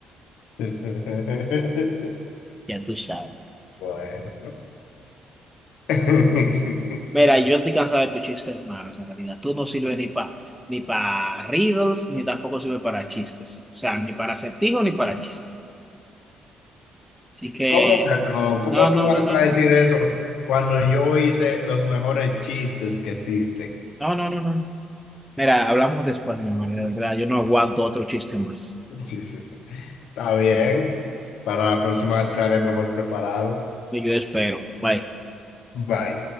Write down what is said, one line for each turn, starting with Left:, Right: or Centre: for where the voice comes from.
Left: <laughs>
Centre: Ya tú sabes.
Left: Bueno. <laughs>
Centre: Mira, yo estoy cansado de tus chistes malos, en realidad. Tú no sirves ni para ni para riddles, ni tampoco sirves para chistes. O sea, ni para acertijos, ni para chistes. Así que,
Left: ¿Cómo que no? ¿Cómo
Centre: no, no,
Left: tú vas
Centre: no, no,
Left: a decir eso cuando yo hice los mejores chistes que existen?
Centre: no, no, no, no. no. Mira, hablamos después, mi amor, de verdad. Yo no aguanto otro chiste más.
Left: <laughs> Está bien. Para la próxima estaré mejor preparado.
Centre: Y Yo espero. Bye.
Left: Bye.